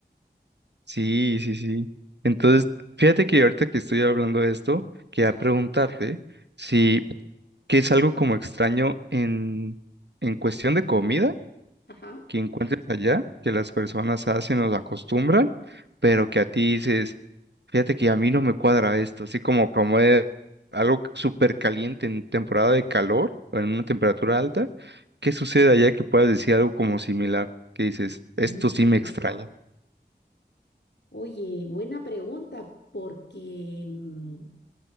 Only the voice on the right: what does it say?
Sí, sí, sí. Entonces, fíjate que ahorita que estoy hablando de esto, quería
preguntarte si,
¿qué es algo como extraño en, en cuestión de comida
que encuentres allá, que las personas hacen o acostumbran, pero
que a ti dices, fíjate que a mí no me cuadra esto, así como como es algo súper caliente en temporada de calor o en una temperatura alta, ¿qué sucede allá que puedas decir algo como similar, que dices, esto
sí me extraña?